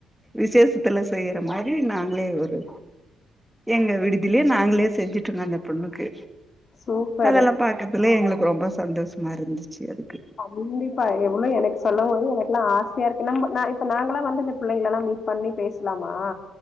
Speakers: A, in the centre; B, on the left (about 45°).
A: விசேஷ் த்துலா செய்யற மாரி நாங்களே ஒரு எங்க விடுதிலேயே நாங்களே செஞ்சிட்டுங்கோ அந்த பொண்ணுக்கு
B: சூப்பர்
A: அதெல்லா பாக்கறதுலே எங்களுக்கு ரொம்ப சந்தோஷமா இருந்துச்சு அதுக்கு
B: கண்டிப்பா எவ்ளோ எனக்கு சொல்லும் போதே எனக்குல்லா ஆ சையா இருக் நம்ப ந இப்ப நாங்களல்லா வந்து இந்த பிள்ளைங்கல்லா மீட் பண்ணி பேசலாமா